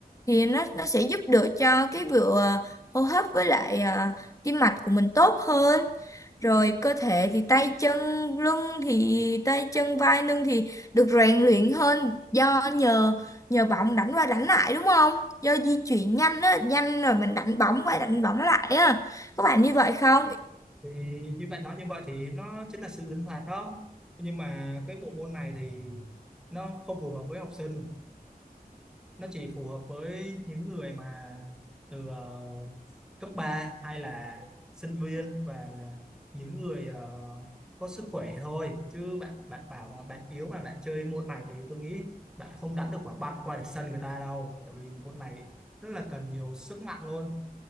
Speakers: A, on the left; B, in the centre.
A: thì nó nó sẽ giúp được cho cái vừa hô hấp với lại ờ, tim mạch của mình tốt hơn rồi cơ thể thì tay chân lưng thì tay chân vai lưng thì được rèn luyện hơn do nhờ nhờ bóng đánh qua đánh lại đúng không do di chuyển nhanh á nhanh rồi mình đánh bóng qua đánh bóng lại á có phải như vậy không
B: thì như bạn nói như vậy thì nó chính là sự linh hoạt đó nhưng mà cái bộ môn này thì nó không phù hợp với học sinh nó chỉ phù hợp với những người mà từ ờ, cấp 3 hay là sinh viên và những người ờ, có sức khỏe thôi chứ bạn bạn bảo mà bạn yếu mà bạn chơi môn này thì tôi nghĩ bạn không đánh được quả banh qua được sân người ta đâu bởi vì môn này rất là cần nhiều sức mạnh luôn